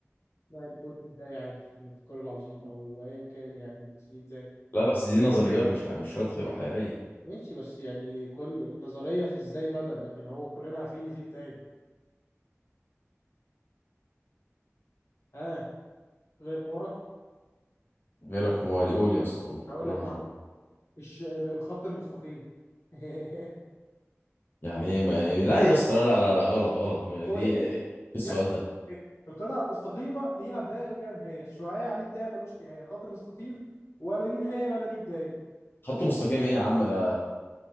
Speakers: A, on the left (about 75°); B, on the left (about 45°).
A: لا الكون ليه بداية عادي في الانفجار العظيم او ايا كان يعني بس ليه بداية
B: لا بس دي نظريات مش ح... مش شرط تبقى حقيقيه
A: ماشي بس يعني كل النظرية في ازاي بدأ لكن هو كلنا عارفين ان في بداية ها غير حمارك
B: غير الحمار يقول يا اسطى قول
A: هقول
B: قول
A: لك
B: ما
A: واحد
B: شوف
A: الش... الخط المستقيم <laughs>
B: يعني ايه ما... لا يا اسطى لا لا لا لا، غلط غلط دي
A: هو ايه
B: إيه السؤال
A: يعني
B: ده
A: القطعة المستقيمة ليها بداية وليها نهاية الشعاع ليه بداية ملوش نهاية خط مستقيم ولا ليه نهاية ولا ليه بداية
B: خط مستقيم ايه يا عم ده